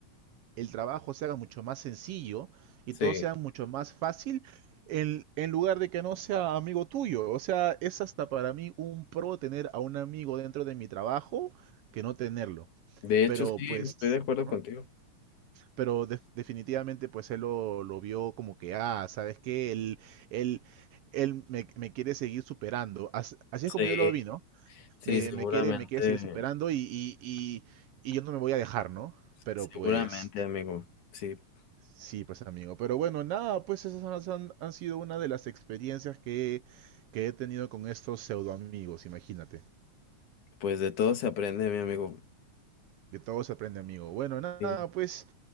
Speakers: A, on the right; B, on the left.
A: el trabajo se haga mucho más sencillo y
B: sí.
A: todo sea mucho más fácil en, en lugar de que no sea amigo tuyo. O sea, es hasta para mí un pro tener a un amigo dentro de mi trabajo que no tenerlo.
B: De hecho,
A: Pero
B: sí,
A: pues,
B: estoy de acuerdo
A: ¿no?
B: contigo.
A: Pero de- definitivamente pues él lo, lo vio como que, ah, ¿sabes qué? Él, él, él me, me quiere seguir superando. As- Así,
B: Sí,
A: es como yo lo vi, ¿no?
B: sí,
A: Me,
B: seguramente,
A: me quiere, me quiere seguir superando y, y, y, y yo no me voy a dejar, ¿no? Pero
B: seguramente,
A: pues...
B: amigo. Sí,
A: Sí, pues amigo. Pero bueno, nada, pues esas han, han- han sido una de las experiencias que, que he tenido con estos pseudo amigos, imagínate.
B: pues de todo se aprende, mi amigo.
A: De todo se aprende, amigo. Bueno, nada,
B: Sí.
A: pues